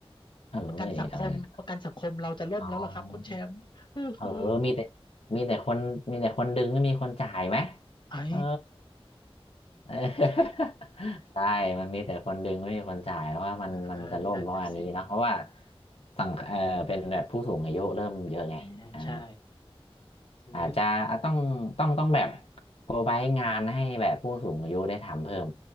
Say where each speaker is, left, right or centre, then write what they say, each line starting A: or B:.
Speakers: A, on the left; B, on the left.
A: เอ้ยอะไรนะ
B: ประกันสังคมประกันสังคมเราจะล่มแล้วล่ะครับคุณแชมป์อื้อหือ
A: อ๋อเออมีแต่มีแต่คนมีแต่คนดึงไม่มีคนจ่ายไหม
B: ไอ้
A: เออเออ <laughs> ใช่มันมีแต่คนดึงไม่มีคนจ่ายเพราะว่ามันมันจะล่มเพราะอันนี้เนอะเพราะว่า
B: อ่านั่นน่ะสิ
A: สังเออเป็นแบบผู้สูงอายุเริ่มเยอะไงอ่า
B: อ่าใช่หรือ
A: อาจจะต้องต้องต้องแบบโปรไวงานให้แบบผู้สูงอายุได้ทำเพิ่ม